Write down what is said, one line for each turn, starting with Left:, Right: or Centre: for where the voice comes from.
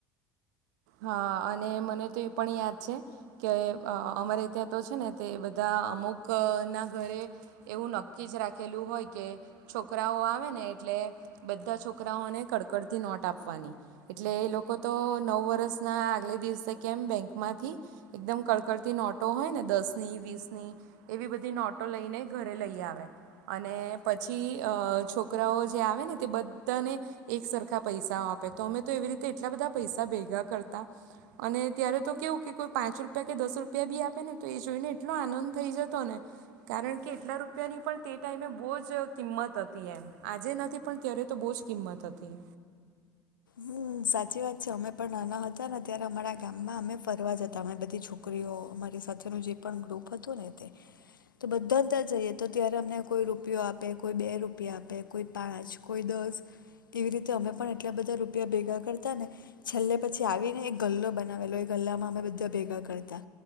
Right: હા અને મને તો એ પણ યાદ છે, કે અમારે ત્યાં તો છે ને તે બધા અમુક ના ઘરે, એવું નક્કી જ રાખેલું હોય કે છોકરાઓ આવે ને એટલે બધા છોકરાઓને કડકડતી નોટ આપવાની, એટલે એ લોકો તો નવ વર્ષ ના આગલે દિવસે કેમ બેંકમાંથી, એકદમ કડકડતી નોટો હોય ને દસ ની વીસ ની એવી બધી નોટો લઈને ઘરે લઈ આવે, અને પછી છોકરાઓ જે આવે ને તે બધાને એક સરખા પૈસા આપે તો અમે તો એવી રીતે એટલા બધા પૈસા ભેગા કરતા. અને ત્યારે તો કેવું કે કો પાંચ રૂપિયા કે દસ રૂપિયા બી આપે ને તો એ જોઈને એટલો આનંદ થઈ જતો ને કારણ કે એટલા રૂપિયાની પણ તે ટાઈમે બહજ કિંમત હતી એમ આજે નથી પણ ત્યારે તો બહુ જ કિંમત હતી.
Left: હમ સાચી વાત છે અમે પણ નાના હતા ને ત્યારે અમારા ગામમાં અમે ફરવા જતા અમે બધી છોકરીઓ અમારી સાથેનું જે પણ ગ્રુપ હતું ને તે, તો બધા ત જઈએ તો ત્યારે અમને કોઈ રૂપિયો આપે કોઈ બે રૂપિયા આપે કોઈ પાંચ કોઈ દસ, એવી રીતે અમે પણ એટલા બધા રૂ રૂપિયા ભેગા કરતા ને, છેલ્લે પછી આવીને એક ગલ્લો બનાવેલો એ ગલ્લામાં અમે બધા ભેગા કરતા,